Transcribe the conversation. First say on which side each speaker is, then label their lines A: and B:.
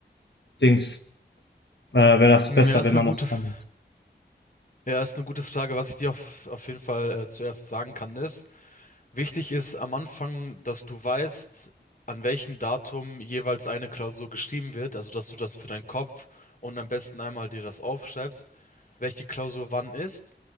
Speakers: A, on the left; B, on the left.
A: Dings, äh, wäre das
B: Mm,
A: besser,
B: Ja, ist
A: wenn
B: eine
A: man
B: gute,
A: das
B: F-
A: dann macht?
B: ja, ist eine gute Frage. Was ich dir auf, auf jeden Fall äh, zuerst sagen kann, ist, wichtig ist am Anfang, dass du weißt, an welchem Datum jeweils eine Klausur geschrieben wird. Also, dass du das für deinen Kopf und am besten einmal dir das aufschreibst, welche Klausur wann ist.